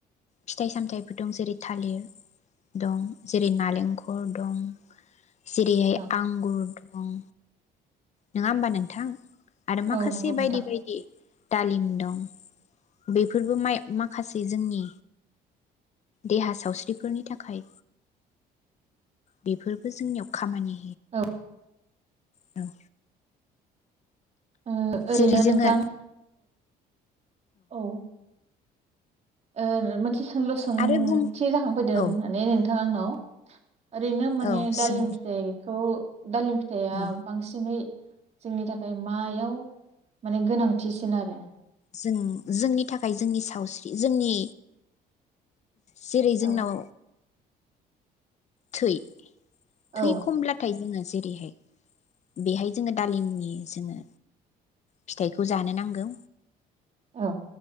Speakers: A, on the left; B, on the right.
A: फिथाइ सामथायइफोर दं जेरै थालिर दं जेरै नालेंखल दं। जेरैहाय
B: औ
A: आंगुर उम। नोङा होमबा नोंथां आरो माखासे
B: औ नंगौ नोंथां
A: बायदि बायदि दालिम दं बेफोरबो माइ माखासे जोंनि देहा सावस्रिफोरनि थाखाय बेफोरबो जोंनियाव खामानि
B: औ
A: <unintelligible> औ
B: ओ ओरैनो
A: जेरै
B: <unintelligible>
A: जोङो
B: नोंथां औ ओ मोनसे सोंलु सोंथि
A: आरो बुं
B: जाखांफैदों
A: औ
B: माने नोंथां आंनाव ओरैनो माने
A: औ
B: दालिम
A: सों
B: फिथाइखौ दालिम फिथाइया
A: औ
B: बांसिनै जोंनि थाखाय मायाव माने गोनांथिसिन आरो
A: जों जोंनि थाखाय जोंनि सावस्रि जोंनि जेरै
B: औ
A: जोंनाव थै
B: औ
A: थै खमब्लाथाय जोङो जेरैहाय बेहाय जोङो दालिमनि जोङो फिथाइखौ जानो नांगौ
B: औ